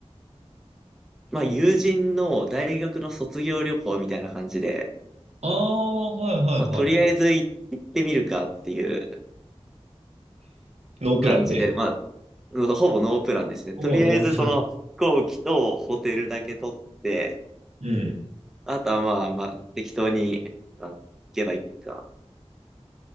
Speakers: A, in the centre; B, on the right.
A: う、まあ、友人の大学の卒業旅行みたいな感じで、
B: ああ、はいはいはいはい。
A: まあ、とりあえず行行ってみるかっていう
B: ノープランで。
A: 感じで、まあ、ほぼノープランですね。
B: ほぼノープラン。
A: とりあえずその飛行機とホテルだけ取って、
B: うん。
A: あとはまあまあ適当にあ行けばいいか。